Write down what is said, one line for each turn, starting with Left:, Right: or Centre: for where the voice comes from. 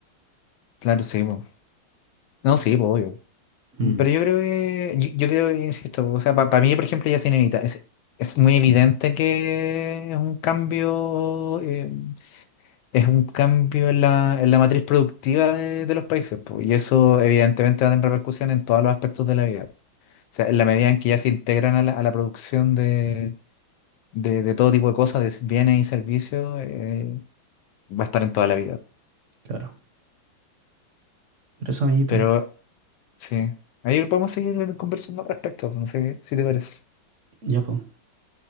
Left: claro, sí, po. No, sí, pues, obvio.
Right: Mm,
Left: Pero yo creo que, yo, yo creo que, insisto, o sea, para mí, por ejemplo, ya se inevita. Es, es muy evidente que es un cambio, eh, es un cambio en la, en la matriz productiva de, de los países, po, y eso evidentemente va a tener repercusión en todos los aspectos de la vida. O sea, en la medida en que ya se integran a la, a la producción de, de, de todo tipo de cosas, de bienes y servicios, eh, va a estar en toda la vida.
Right: claro. Pero eso, amiguito,
Left: Pero sí, ahí podemos seguir conversando al respecto, no sé qué- si te parece.
Right: ya pues,